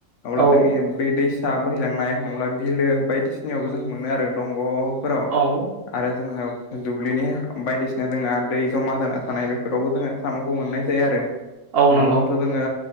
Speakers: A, on the left; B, on the right.
A: अब्ला
B: औ औ
A: जोंनि बे दै नोंथां बोहैलांनाय नङाब्ला बिलो बायदिसिनायावबो जों मोनो आरो दंग'फोराव।
B: औ
A: आरो जोङो दुब्लिनि बायदिसिना जोंना दै जमा जाना थानाय बेफोरावबो जोङो साम'खौ मोननाय जायो आरो।
B: औ
A: नङाब्लाथ'
B: नंगौ
A: जोङो